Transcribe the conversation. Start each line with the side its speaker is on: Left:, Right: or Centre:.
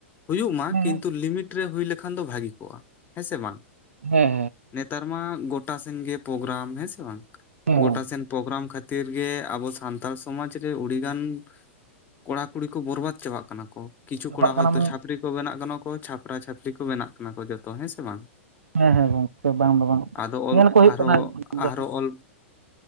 Left: ᱦᱩᱭᱩᱜ ᱢᱟ
Right: ᱦᱮᱸ
Left: ᱠᱤᱱᱛᱩ ᱞᱤᱢᱤᱴ ᱨᱮ ᱦᱩᱭ ᱞᱮᱠᱷᱟᱱ ᱫᱚ ᱵᱷᱟᱹᱜᱤ ᱠᱚᱜᱼᱟ ᱾ ᱦᱮᱸᱥᱮ ᱵᱟᱝ,
Right: ᱦᱮᱸ ᱦᱮᱸ ᱦᱮᱸ
Left: ᱱᱮᱛᱟᱨ ᱢᱟ ᱜᱚᱴᱟ ᱥᱮᱱ ᱜᱮ ᱯᱨᱳᱜᱨᱟᱢ ᱦᱮᱸ ᱥᱮ ᱵᱟᱝ᱾
Right: ᱦᱮᱸ ᱦᱮᱸ
Left: ᱜᱚᱴᱟ ᱥᱮᱱ ᱯᱨᱳᱜᱨᱟᱢ ᱠᱷᱟᱹᱛ ᱛᱤᱨ ᱜᱮ ᱟᱵᱚ ᱥᱟᱱᱛᱟᱲ ᱥᱚᱢᱟᱡᱽ ᱨᱮ ᱟᱹᱲᱤᱜᱟᱱ ᱠᱚᱲᱟ ᱠᱩᱲᱤ ᱠᱚ ᱵᱚᱨᱵᱟᱫ ᱪᱟᱵᱟᱜ ᱠᱟᱱᱟ ᱠᱚ ᱠᱤᱪᱷᱩ
Right: ᱪᱟᱵᱟᱜ
Left: ᱠᱚᱲᱟ
Right: ᱠᱟᱱᱟ
Left: ᱦᱚᱭᱛᱳ
Right: ᱢᱟᱱᱮ
Left: ᱪᱷᱟᱯᱨᱤ ᱠᱚ ᱵᱮᱱᱟᱜ ᱠᱟᱱᱟ ᱠᱚ, ᱪᱷᱟᱯᱨᱟ ᱪᱷᱟᱯᱨᱤ ᱠᱚ ᱵᱮᱱᱟᱜ ᱠᱟᱱᱟ ᱠᱚ ᱡᱚᱛ ᱛᱚ ᱦᱮᱸ ᱥᱮ ᱵᱟᱝ᱾
Right: ᱦᱮᱸ ᱦᱮᱸ ᱜᱚᱝᱠᱮ ᱵᱟᱝ ᱫᱚ ᱵᱟᱝ
Left: ᱟᱫᱚ ᱚᱞ
Right: ᱧᱮᱞ ᱠᱚ ᱦᱩᱭᱩᱜ
Left: ᱟᱨᱦᱚᱸ
Right: ᱠᱟᱱᱟ ᱡᱟᱦᱟᱸ
Left: ᱟᱨᱦᱚᱸ ᱚᱞ